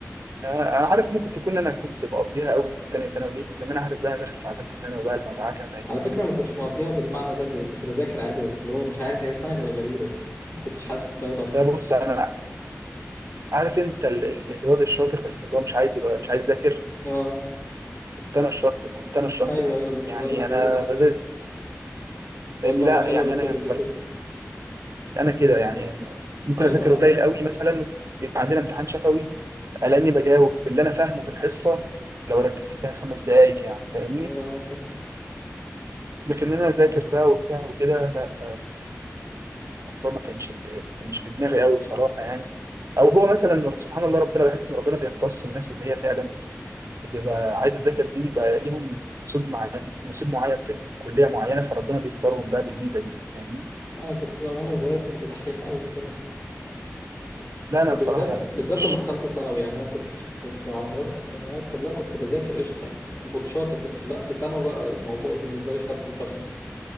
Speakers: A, on the right; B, on the left.
A: آه، انا عارف ممكن تكون انا كنت بقضيها قوي في تانية ثانوي ليه؟ لان انا عارف بقى أنا داخل في ثالثة ثانوي بقى المدعكة فاهمني
B: على فكرة ما كنتش مقضيها بالمعنى ده يعني كنت بذاكر عادي بس اللي هو مش عارف هي سنة كانت غريبة كده ما كنتش حاسس بأي ضغط
A: فبص انا عارف انت ال- ال- الواد الشاطر بس اللي هو مش عايز يبقى مش عايز يذاكر
B: اه
A: كنت انا الشخص كنت انا الشخص
B: ايوه
A: ده
B: ايوه المدرس
A: يعني
B: بيقول
A: انا
B: عليه
A: بذاكر
B: اللي
A: فاهمني
B: هو دماغه
A: لا
B: حلوة
A: يعني
B: بس
A: انا
B: ما بيذاكرش
A: بصراحة انا كده يعني ممكن
B: ايوه
A: اذاكر
B: ايوه
A: قليل قوي مثلا يبقى عندنا امتحان شفوي الاقيني بجاوب باللي انا فاهمه في الحصه لو ركزت فيها خمس دقايق يعني فاهمني
B: اه فاهم
A: لكن انا اذاكر بقى وبتاع وكده لا الموضوع ما كانش كانش في دماغي قوي بصراحه يعني او هو مثلا سبحان الله ربنا بحس ان ربنا بيختص الناس اللي هي فعلا بتبقى عايزه تذاكر دي بيبقى ليهم نصيب معين نصيب معين في كليه معينه فربنا بيختارهم بقى بالميزه دي فاهمني
B: انا كنت ده وانا صغير كنت دحيح قوي الصراحة
A: لا
B: ما
A: انا بصراحه
B: بالذات
A: لا ما كنتش
B: بالذات لما دخلت ثانوي يعني انا كنت في, في على مدار السنوات كلها كنت بذاكر قشطة يعني وكنت شاطر بس لا في ثانوي بقى الموضوع بالنسبة لي خدته شخصي